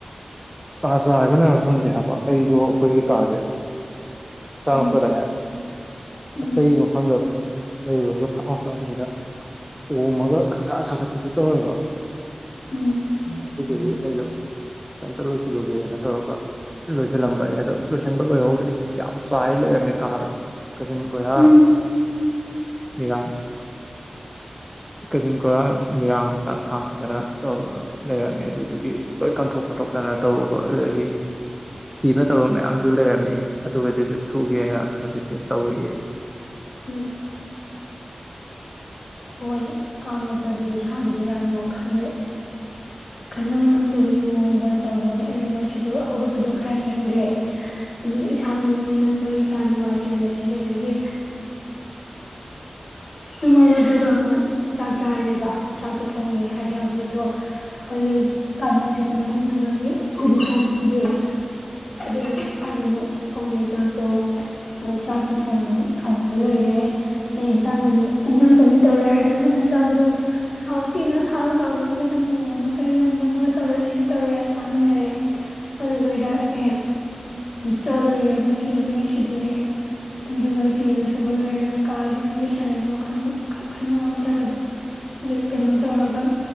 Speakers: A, in the centre; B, on the left.
A: ꯀꯥꯥꯁꯦ ꯍꯥꯏꯕ ꯂꯩꯔ ꯈꯪꯗꯦ ꯍꯥꯏꯕ ꯑꯩꯗꯣ ꯑꯩꯈꯣꯏꯒꯤ ꯀꯥꯁꯦ ꯑ
B: ꯎꯝ
A: ꯐꯗꯒ
B: ꯎꯝ
A: ꯑ ꯍꯪ ꯂꯩꯔꯨꯔꯒ ꯐꯛꯝ ꯆꯄꯁꯤꯗ ꯑꯣꯝꯃꯒ ꯈꯪꯁꯥ ꯁꯥꯒꯠꯄꯁꯨ ꯇꯧꯋꯦꯕ
B: ꯎꯝ
A: ꯑꯗꯨꯗꯨꯒꯤ ꯑꯩꯗꯣ ꯁ ꯑꯝꯇ ꯂꯣꯏꯁꯤꯜꯂꯨꯒꯦꯅ ꯇꯧꯔꯒ ꯂꯣꯏꯁꯤꯜꯂꯝꯕꯅꯦ ꯑꯗꯣ ꯂꯣꯏꯁꯤꯟꯕ ꯂꯣꯏꯍꯧꯗ꯭ꯔꯤꯁꯦ ꯌꯥꯝ ꯆꯥꯏ ꯂꯩꯔꯝꯃꯦ ꯀꯥꯗꯣ ꯀꯥꯆꯤꯟ ꯀꯣꯏꯔꯥ
B: ꯎꯝ
A: ꯃꯤꯔꯥꯡ ꯀꯥꯆꯤꯟ ꯀꯣꯏꯔꯥ ꯃꯤꯔꯥꯡ ꯀꯩꯀꯥ ꯊꯥꯡꯗꯅ ꯇꯧꯔꯒ ꯂꯩꯔꯝꯃꯦ ꯑꯗꯨꯗꯨꯒꯤ ꯂꯣꯏ ꯀꯟꯊꯣꯛ ꯈꯣꯠꯇꯣꯛꯇꯅ ꯇꯧꯔꯨꯕ ꯑꯗꯨꯗꯒꯤ ꯐꯤ ꯐꯠꯇꯕ ꯃꯌꯥꯝꯁꯨ ꯂꯩꯔꯝꯃꯦ ꯑꯗꯨꯒꯗꯨꯁꯨ ꯁꯨꯒꯦꯅ ꯍꯧꯖꯤꯛꯁꯦ ꯇꯧꯔꯤꯑꯦ
B: ꯎꯝ ꯍꯣꯏ ꯀꯥ ꯃꯣꯠꯄꯁꯦ ꯏꯁꯥꯕꯨꯗꯤ ꯌꯥꯝꯅ ꯈꯗꯤꯦ ꯈꯟꯐꯝ ꯈꯪꯗꯕꯒꯤ ꯃꯑꯣꯡꯗ ꯇꯧꯕꯅꯦ ꯑꯩꯁꯨ ꯉꯁꯤꯗꯣ ꯍꯧꯒꯠꯄꯗꯣ ꯈꯔ ꯊꯦꯡꯈ꯭ꯔꯦ ꯑꯗꯨ ꯏꯁꯥꯅ ꯅꯨꯃꯤꯠꯅ ꯅꯝꯕꯒꯤ ꯀꯌꯥ ꯅꯨꯡꯉꯥꯏꯇ꯭ꯔꯦ ꯉꯁꯤꯁꯦ ꯑꯗꯒꯤ ꯇꯃꯒ ꯑꯗꯨꯒꯣꯏ ꯑꯃꯨꯛ ꯆꯥꯛ ꯆꯥꯔꯦꯕ ꯆꯥꯛꯇꯣ ꯊꯣꯡꯉꯦ ꯍꯥꯏꯗꯤ ꯍꯧꯖꯤꯛꯇꯣ ꯑꯩꯈꯣꯏꯒꯤ ꯀꯥꯂꯦꯟ ꯁꯨꯇꯤ ꯃꯅꯨꯡ ꯑꯣꯏꯕꯒꯤ ꯑꯩꯈꯣꯏꯗ ꯆꯥꯛ ꯄꯤꯗꯦꯕ ꯑꯗꯨꯕꯨ ꯏꯁꯥꯅ ꯑꯃꯨꯛ ꯊꯣꯡꯉꯦ ꯆꯥꯛꯇꯣ ꯑ ꯆꯥꯛꯇꯣ ꯊꯣꯡꯉ ꯊꯣꯡꯕ ꯂꯣꯏꯔꯦ ꯑꯗꯩ ꯌꯦꯟꯁꯥꯡ ꯑꯅꯤ ꯏꯟꯖꯥꯡ ꯆꯥꯅꯤ ꯇꯧꯔꯦ ꯍꯥꯏꯗꯤ ꯑꯃꯇꯪ ꯆꯥꯕꯗꯣ ꯊꯥꯎ ꯇꯦꯟꯅ ꯁꯥꯕ ꯀꯥꯕꯁꯤꯗ ꯆꯝꯊꯣꯡ ꯑꯃꯒ ꯌꯣꯟꯕ ꯑꯃꯒ ꯇꯧꯔꯦ ꯁꯤꯅ ꯇꯧꯔꯦ ꯆꯥꯃꯤꯟꯅꯔꯦ ꯑꯗꯨꯗꯨꯣꯏꯔ ꯑꯦ ꯆꯥꯕ ꯂꯣꯏꯔꯒ ꯐꯤ ꯑꯃꯅꯤ ꯁꯨꯗꯣꯛꯑꯦ ꯑꯗꯨꯒ ꯀꯤꯗꯁꯨꯨꯕ ꯀꯥꯖ ꯁꯥꯟꯅꯩꯒꯤ ꯋꯥꯈꯟꯗꯣ ꯈꯟ ꯉꯝꯇꯕ ꯑꯗꯣ ꯍꯧꯖꯤꯛ ꯀꯩꯅꯣ ꯇꯧꯔꯒ